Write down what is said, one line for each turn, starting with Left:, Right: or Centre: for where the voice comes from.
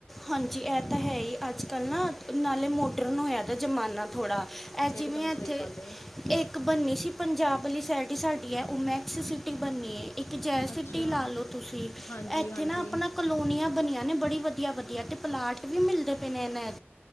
Centre: ਹਾਂਜੀ! ਐ ਤਾਂ ਹੈ ਈ, ਅੱਜ-ਕੱਲ੍ਹ ਨਾ ਨਾਲੇ ਮੋਡਰਨ ਹੋਇਆ ਦਾ ਜਮਾਨਾ ਥੋੜ੍ਹਾ। ਐ ਜਿਵੇਂ
Left: ਇਕਦਮ
Centre: ਐੱਥੇ,
Left: ਸਹੀ ਗੱਲ ਏ
Centre: ਏੱਕ ਬਨਣੀ ਸੀ ਪੰਜਾਬ ਆਲੀ ਸੈਡ ਈ ਸਾਡੀ ਐ ਓ ਮੈਕਸ ਸਿਟਿੰਗ ਬੰਨੀ ਏ ਇੱਕ ਜੈ
Left: ਅੱਛਾ
Centre: ਸਿਟੀ ਲਾ ਲਓ ਤੁਸੀਂ,
Left: ਹਾਂਜੀ
Centre: ਐੱਥੇ
Left: ਹਾਂਜੀ
Centre: ਨਾ ਆਪਣਾ ਕਲੋਨੀਆਂ ਬਣੀਆਂ ਨੇ ਬੜੀ ਵਧੀ ਵੱਧੀਆ ਤੇ ਪਲਾਟ ਵੀ ਮਿਲਦੇ ਪੇ ਨੇ ਏਨਾਂ